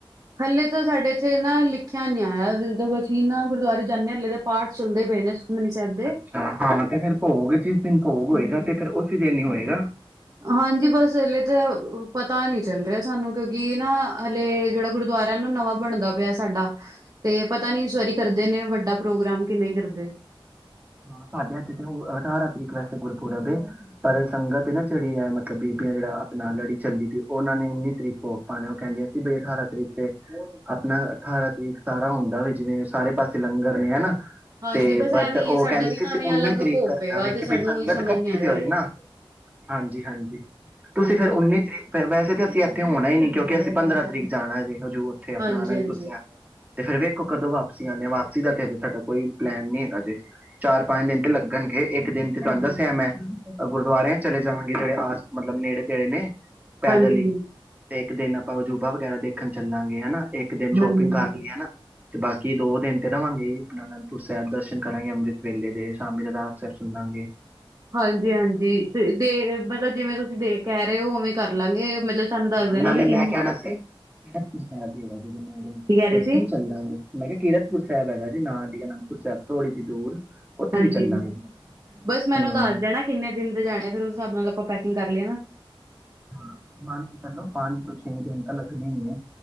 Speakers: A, on the right; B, on the right.
A: ਹਲੇ ਤਾਂ ਸਾਡੇ ਇੱਥੇ ਨਾ ਲਿਖਿਆ ਨੀ ਆਇਆ ਜਦੋਂ ਅਸੀਂ ਨਾ ਗੁਰਦੁਆਰੇ ਜਾਂਦੇ ਹਾਂ ਹਲੇੇ ਤਾਂ ਪਾਠ ਚੱਲਦੇ ਪਏ ਨੇ, ਸੁਖਮਨੀ ਸਾਹਿਬ ਦੇ
B: ਅੱਛਾ, ਹਾਂ ਤੇ ਫਿਰ ਭੋਗ ਜਿਸ ਦਿਨ ਭੋਗ ਹੋਏਗਾ ਤੇ ਫੇਰ ਉਸੇ ਦਿਨ ਹੀ ਹੋਏਗਾ। ਗਾ,
A: ਹਾਂਜੀ, ਬਸ ਹਲੇ ਤਾਂ ਪਤਾ ਨਹੀਂ ਚੱਲ ਰਿਹਾ ਸਾਨੂੰ ਕਿਉਂਕਿ ਨਾ ਹਲੇ ਜਿਹੜਾ ਗੁਰਦੁਆਰਾ ਨਵਾਂ ਬਣਦਾ ਪਿਆ ਸਾਡਾ, ਤੇ ਪਤਾ ਨੀ ਸਵਾਰੀ ਕਰਦੇ ਨੇ ਵੱਡੇ ਦਾ ਪ੍ਰੋਗਰਾਮ ਕਿੰਨਾ ਹੀ ਕਰਦੇ,
B: ਹਾਂ, ਸਾਡੇ ਹੱਥੇ ਤੇ ਅਠਾਰਾਂ ਤਰੀਕ ਵੈਸੇ ਗੁਰਪੁਰਬ ਹੈ, ਪਰ ਸੰਗਤ ਨਾ ਜਿਹੜੀ ਐ ਮਤਲਬ ਕੀ ਬੀਬੀਆਂ ਜਿਹੜਾ ਆਪਣਾ ਲੜੀ ਚੱਲੀ ਦੀ ਐ ਉਹਨਾਂ ਨੇ ਉੱਨੀ ਤਰੀਕ ਭੋਗ ਪਾਣਾ ਉਹ ਕਹਿੰਦੇ ਸੀ ਬਈ ਅਠਾਰਾਂ ਤਰੀਕ ਤੇ ਆਪਣਾ ਅਠਾਰਾਂ ਤਰੀਕ ਸਾਰਾ ਹੁੰਦਾ ਵਾ ਜਿਵੇਂ ਸਾਰੇ ਪਾਸੇ ਲੰਗਰ ਨੇ ਹਨਾ।
A: ਹਾਂਜੀ, ਬਸ
B: ਬਟ
A: ਐਵੇਂ
B: ਤੇ
A: ਹੀ
B: ਉਹ
A: ਹੈ ਸਾਡਾ
B: ਕਹਿੰਦੇ ਸੀ,
A: ਵੀ ਨਾ
B: ਅਸੀਂ
A: ਐਵੇਂ
B: ਉੱਨੀ
A: ਅਲੱਗ
B: ਤਰੀਕ
A: ਭੋਗ
B: ਕਰਨਾ
A: ਪਏਗਾ
B: ਵਾ
A: ਤੇ
B: ਕਿ
A: ਸਾਨੂੰ
B: ਬਈ ਸੰਗਤ
A: ਉਹੀ ਸਮਝ
B: ਇਕੱਠੀ
A: ਨੀ ਆ
B: ਤੇ
A: ਰਿਹਾ
B: ਹੋਏ
A: ਹਲੇ
B: ਨਾ ਹਾਂਜੀ-ਹਾਂਜੀ ਤੁਸੀਂ
A: ਹਾਂਜੀ
B: ਫੇਰ ਉੱਨੀ ਤਰੀਕ ਵੈਸੇ ਤਾਂ। ਅਸੀਂ ਇੱਥੇ ਹੋਣਾ ਹੀ ਨੀ, ਕਿਉਂਕਿ ਅਸੀਂ ਪੰਦਰਾਂ ਤਰੀਕ ਜਾਣਾ ਜੇ। ਹਜੁ ਉੱਥੇ ਆਪਣਾ
A: ਹਾਂਜੀ
B: ਆਨੰਦਪੁਰ
A: ਹਾਂਜੀ
B: ਸਾਹਿਬ। ਤੇ ਫਿਰ ਵੇਖ, ਤੂੰ ਕਦੋਂ ਵਾਪਸੀ ਆਣਾ ਵਾ ਸਿੱਧਾ ਕਿਹਦੇ ਸਾਡਾ ਕੋਈ ਪਲੈਨ ਨਹੀਂ ਹੈਗਾ ਅਜੇ ਚਾਰ ਪੰਜ ਦਿਨ ਤੇ ਲੱਗਣਗੇ ਇੱਕ ਦਿਨ ਦਿਨ ਤੇ ਤੁਹਾਡਾ ਦੱਸਿਆ ਮੈ, ਆਪਾ ਗੁਰਦੁਆਰਿਆਂ ਚਲੇ ਜਾਵਾਂਗੇ, ਜਿਹੜੇ ਆ ਮਤਲਬ ਨੇੜੇ-ਤੇੜੇ ਨੇ, ਪੈਦਲ
A: ਹਾਂਜੀ
B: ਹੀ
A: ਹੂੰ,
B: ਤੇ ਇੱਕ ਦਿਨ ਆਪਾਂ ਅਜੂਬਾ ਵਗੈਰਾ ਦੇਖਣ ਚੱਲਾਂਗੇ ਹਨਾ। ਇੱਕ ਦਿਨ
A: ਹਾਂਜੀ
B: ਸ਼ੋਪਿੰਗ ਕਰ ਲਈ ਹੈ ਨਾ। ਤੇ ਬਾਕੀ ਦੋ ਦਿਨ ਤੇ ਰਵਾਗੇ ਆਨੰਦਪੁਰ ਸਾਹਿਬ ਦਰਸ਼ਨ ਕਰਾਂਗੇ ਅੰਮ੍ਰਿਤ ਵੇਲੇ ਦੇ ਸ਼ਾਮੀ ਦਾਸ ਸਾਹਿਬ ਸੁਣਾਂਗੇ।
A: ਹਾਂਜੀ ਹਾਂਜੀ ਤੇ ਦੇ ਮਤਲਬ ਜਿਵੇਂ, ਤੁਸੀਂ ਦੇਖ ਕੇ ਕਹਿ ਰਹੇ ਹੋ, ਉਵੇਂ ਕਰ ਲਾਂਗੇ। ਮਤਲਬ ਸਾਨੂੰ ਦੱਸ
B: ਹਾਂ,
A: ਦੇਣਾ
B: ਨਾਲੇ
A: ਵੀ
B: ਮੈਂ,
A: ਕਿੰਨੇ ਕੀ
B: ਕਹਿਣਾ ਸੀ ਰਪ ਸਾਹਿਬ
A: ਕਹਿ ਰਹੇ
B: ਉੱਥੇ
A: ਸੀ
B: ਵੀ ਚੱਲਾਂਗੇ, ਮੈਂ ਕਿਹਾ, ਕੀਰਤਪੁਰ ਸਾਹਿਬ ਹੈਗਾ ਜੀ ਨਾਲ ਹੀ ਆ, ਇਹਨਾ ਨੂੰ ਪੁਛਿਆ, ਥੋੜੀ ਜੀ, ਦੂਰ ਉੱਥੇ
A: ਹਾਂਜੀ।
B: ਵੀ ਚੱਲਾਂਗੇ
A: ਬਸ, ਮੈਨੂੰ
B: ਹਮ
A: ਦੱਸ ਦੇਣਾ ਕਿੰਨੇ ਦਿਨ ਦੇ ਜਾਣੇ ਫਿਰ ਉਸ ਹਿਸਾਬ ਨਾਲ ਆਪਾਂ ਪੈਕ ਕਿੰਗ ਕਰ ਲਿਆ ਨਾ
B: ਹ ਮੰਨ ਕੇ ਚਲੋ, ਪੰਜ ਤੋਂ, ਛੇ ਦਿਨ ਤਾਂ ਲੱਗਣੇ ਹੀ ਹੈ।